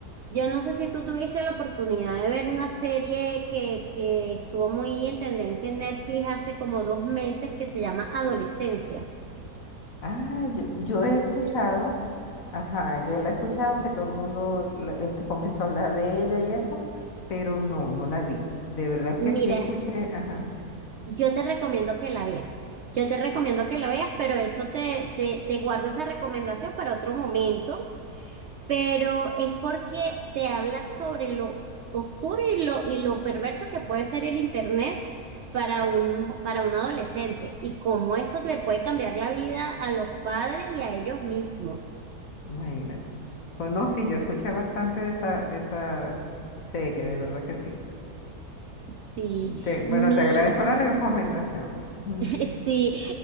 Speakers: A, on the right; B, on the left.
A: yo no sé si tú tuviste la oportunidad de ver una serie que, que estuvo muy en tendencia en Netflix hace como dos meses que se llama Adolescencia.
B: Ah, yo, yo he escuchado, ajá, yo la he escuchado que todo el mundo la- este, comenzó a hablar de ella y eso, pero no, no la vi. De verdad que
A: Mira,
B: sí escuché, ajá,
A: yo te recomiendo que la veas. Yo te recomiendo que la veas, pero eso te, te, te guardo esa recomendación para otro momento, pero es porque te habla sobre lo oscuro y lo, y lo perverso que puede ser el internet para un, para un adolescente y cómo eso le puede cambiar la vida a los padres y a ellos mismos.
B: imagínate. Co- No, sí, yo escuché bastante de esa, de esa serie, de verdad que sí.
A: Sí,
B: Te- bueno,
A: mi,
B: te agradezco la recomendación. <laughs> Ujú.
A: <laughs> sí,